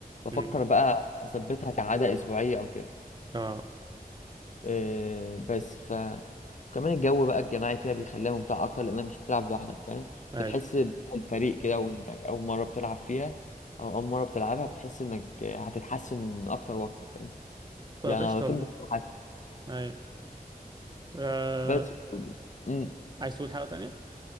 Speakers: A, on the left; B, on the right.
A: بفكر
B: امم
A: بقى أثبتها كعادة أسبوعية أو كده
B: اه
A: آه، بس ف وكمان الجو بقى الجماعي فيها بيخليها ممتعة أكتر لأنك مش بتلعب لوحدك فاهم
B: اي
A: بتحس بالفريق كده وإنك أول مرة بتلعب فيها أو أول مرة بتلعبها بتحس إنك هتتحسن أكتر وأكتر فاهم
B: طيب
A: يعني
B: ايش
A: على
B: الله
A: طول بتتحسن
B: اي آه.
A: بس مم.
B: عايز تقول حاجة تانية؟